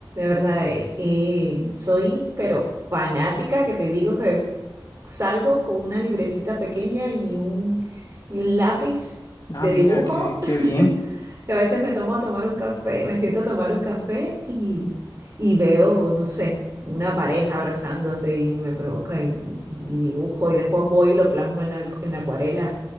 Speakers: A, on the right; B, on the left.
A: verdad, eh, eh, soy pero fanática que te digo que s- salgo con una libretita pequeña y un, y un lápiz
B: Ah,
A: de
B: mira,
A: dibujo
B: qué, qué bien.
A: que a veces me tomo a tomar un café, me siento a tomar un café y, y veo, no sé, una pareja abrazándose y me provoca y, y dibujo y después voy y lo plasmo en la, en la acuarela,